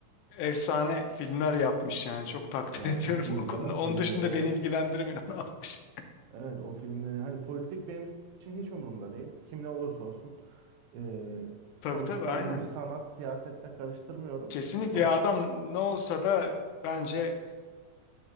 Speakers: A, on the left; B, on the right.
A: efsane filmler yapmış yani. Çok takdir
B: Ya
A: <laughs> ediyorum
B: çok iyi
A: o konuda.
B: canım filmleri
A: Onun dışında
B: o.
A: beni ilgilendirmiyor <laughs> ne yapmış.
B: Evet o filmleri hani politik benim için hiç umurumda değil. Kim ne olursa olsun. Ee,
A: Tabii
B: sonuçta
A: tabii aynen.
B: bu bir sanat, siyasette karıştırmıyorum.
A: Kesinlikle
B: Ama
A: ya adam ne olsa da bence